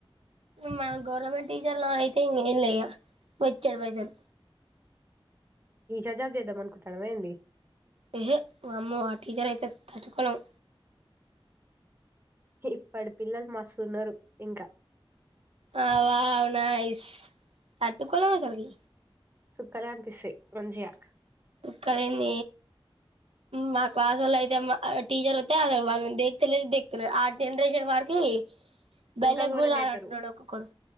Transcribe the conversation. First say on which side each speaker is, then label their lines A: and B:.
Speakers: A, on the right; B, on the right.
A: మనం గవర్నమెంట్ టీచర్లు అయితే ఇంకేం లేక బొచ్చెడు పైసలు
B: టీచర్ జాబ్ చేద్దాం అనుకుంటన్నవ ఏంది
A: యెహె అమ్మో ఆ టీచర్ అయితే తట్టుకోలేము
B: ఇప్పటి పిల్లలు మస్తున్నారు ఇంకా
A: అ వావ్ నైస్ తట్టుకోలేం అసాలకి
B: సుక్కలంపిసే మంచిగా
A: క్కరే న మా క్లాస్ వాళ్ళ అయితే టీచర్ వతే అ వాళ్ళని దేకు తెలేదు దక్తు ఆ జనరేషన్ వారికి బెల్
B: ఇంకా
A: గు
B: ఘోరంగా
A: కూడా ఆడట
B: అయితారు
A: నోడక కొడు